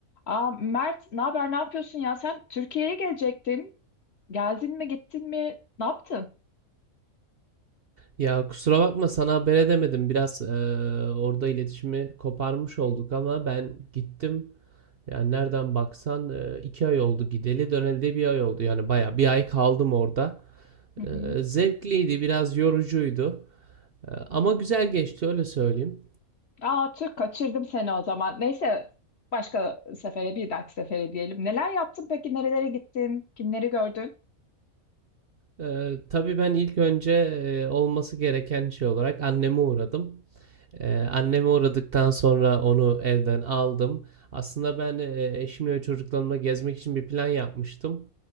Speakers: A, on the left; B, on the right.
A: Aa, Mert, ne haber? Ne yapıyorsun ya? Sen Türkiye'ye gelecektin. Geldin mi, gittin mi? Ne yaptın?
B: Ya kusura bakma sana haber edemedim. Biraz eee, orada iletişimi koparmış olduk ama ben gittim. Yani nereden baksan eee, iki ay oldu gideli döneli de bir ay oldu. Yani baya bir ay kaldım orada.
A: Hı hı.
B: Eee, zevkliydi biraz yorucuydu. Eee, ama güzel geçti öyle söyleyeyim.
A: Aa, Türk kaçırdım seni o zaman. Neyse, başka sefere, bir dahaki sefere diyelim. Neler yaptın peki? Nerelere gittin? Kimleri gördün?
B: Eee tabii ben ilk önce eee, olması gereken şey olarak anneme uğradım. Ee, anneme uğradıktan sonra onu evden aldım. Aslında ben e, eşimle ve çocuklarımla gezmek için bir plan yapmıştım.